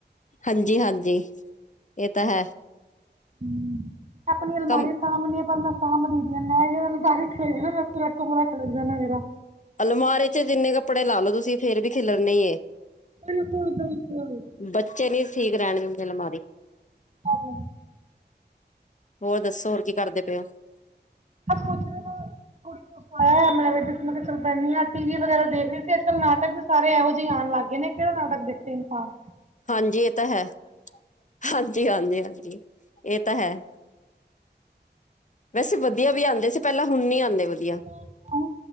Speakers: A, on the left (about 45°); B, on the right (about 40°).
A: ਹਾਂਜੀ ਹਾਂਜੀ ਇਹ ਤਾਂ ਹੈ।
B: ਹੂੰ ਆਪਣੀ ਅਲਮਾਰੀ
A: ਕੰਮ
B: ਸਾਂਭਣੀ ਆ ਪਰ ਮੈਂ ਸਾਂਭਦੀ ਨੀ ਆ ਮੈਂ ਕਿਆ <unintelligible> ਖਲੇਰ ਦੇ ਨੇ ਪੂਰਾ ਕਮਰਾ ਖਿਲਰ ਜਾਣਾ ਐ ਮੇਰਾ
A: ਅਲਮਾਰੇ ਚ ਜਿੰਨੇ ਕੱਪੜੇ ਲਾ ਲੋੋ ਤੁਸੀਂ ਫੇਰ ਵੀ ਖਿਲਰਣੇ ਈ ਨੇ।
B: ਬਿਲਕੁਲ-ਬਿਲਕੁਲ
A: ਬੱਚੇ ਨੀ ਠੀਕ ਰਹਿਣ ਦਿੰਦੇ ਅਲਮਾਰੀ।
B: <inaudible>
A: ਹੋਰ ਦੱਸੋ ਹੋਰ ਕੀ ਕਰਦੇ ਪਏ ਓ? <inaudible>
B: ਬਸ ਕੁਛ ਵੀ ਨੀ ਕੁੜੀ ਨੂੰ ਸਵਾਇਆ ਮੈਂ ਜੈਂ ਚੱਲ ਪੈਂਨੀ ਆ ਟੀ ਵੀ ਵਗੈਰਾ ਦੇਖ ਰਹੀ ਸੀ ਅੱਜ-ਕੱਲ ਨਾਟਕ ਵੀ ਸਾਰੇ ਇਹੋ ਜਿਹੇ ਆਉਣ ਲਗ ਗਏ ਨੇ ਕਿਹੜਾ ਨਾਟਕ ਦੇਖਾਂ? ਸਿਮ ਪਾਨ
A: ਹਾਂਜੀ ਏ ਤਾਂ ਹੈ ਹਾਂਜੀ, ਹਾਂਜੀ, ਹਾਂਜੀ ਏ ਤਾਂ ਹੈ। ਵੈਸੇ ਵਧੀਆ ਵੀ ਆਦੇ ਸੀ ਪਹਿਲਾਂ ਹੁਣ ਨੀ ਆਦੇ ਵਧੀਆ।
B: <unintelligible> ਓ